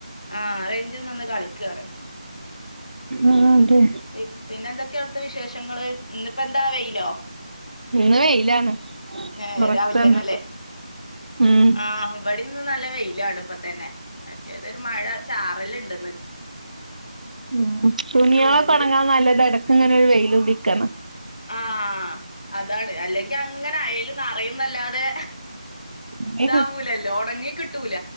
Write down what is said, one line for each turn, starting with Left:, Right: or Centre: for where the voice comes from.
Left: ആഹ് റേയ്ഞ്ച് നിന്ന് കളിക്കാണ്
Right: ആഹ് അതെ
Left: പി പിന്നെന്തെക്കെയാ അവിട്ത്തെ വിശേഷങ്ങള് ഇന്നിപ്പെന്താ വെയ്ലോ?
Right: ഇന്ന് വെയിലാണ്
Left: ഏഹ്
Right: പൊറത്താണ്
Left: രാവിൽത്തെന്നെല്ലേ
Right: ഉം
Left: ആഹ് ഇവിടിന്ന് നല്ല വെയിലാണ് ഇപ്പതന്നെ മറ്റേതൊരു മഴ ചാറലിണ്ട്
Right: ഉം തുണ്യാളൊക്കെ
Left: ചൂട്
Right: ഒണങ്ങാൻ നല്ലതാ എടക്കിങ്ങനെ ഒരു വെയ്ലുദിക്ക്ണ
Left: ആഹ് അതാണ് അല്ലെങ്കി അങ്ങനെ അയേല് നറയുംന്നല്ലാതെ
Right: അല്ലേ
Left: ഇതാവൂലല്ലോ ഒണങ്ങി കിട്ടൂല